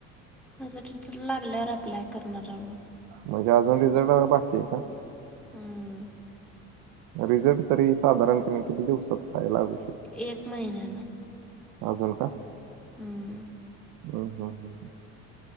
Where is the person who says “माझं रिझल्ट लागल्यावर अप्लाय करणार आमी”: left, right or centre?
Centre